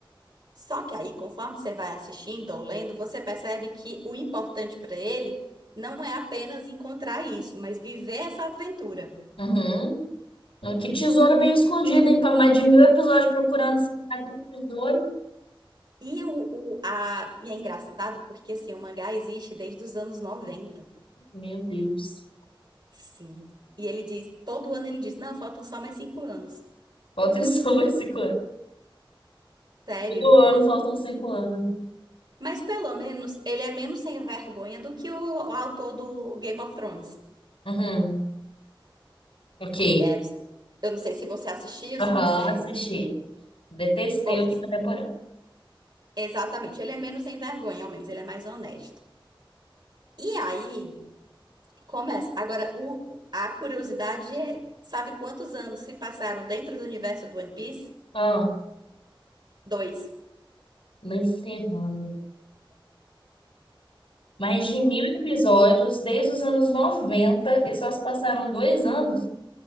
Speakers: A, on the right; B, on the left.
A: Só que aí, conforme você vai assistindo ou lendo, você percebe que o importante pra ele não é apenas encontrar isso, mas viver essa aventura.
B: Uhum. Que tesouro bem escondido, hein? para mais de mil episódios procurando esse cadê o tesouro.
A: E, o, o- a, e é engraçado porque assim, o mangá existe desde os anos noventa
B: Meu Deus.
A: Sim. E ele diz, todo ano ele diz, não, faltam só mais cinco anos.
B: falta <laughs> só mais cinco anos.
A: Sério.
B: Todo ano faltam cinco anos.
A: Mas pelo menos ele é menos sem vergonha do que o, o autor do Game of Thrones.
B: Uhum. Ok.
A: É, eu não sei se você assistiu,
B: Aham,
A: se você.
B: assisti. Detestei
A: Pois.
B: a última temporada.
A: Exatamente. Ele é menos sem vergonha, ao menos ele é mais honesto. E aí, começa. Agora, o, a curiosidade é, sabe quantos anos se passaram dentro do universo do One Piece?
B: Ah.
A: Dois.
B: Nem ferrando. Mais de mil episódios desde os anos 90 e só se passaram dois anos.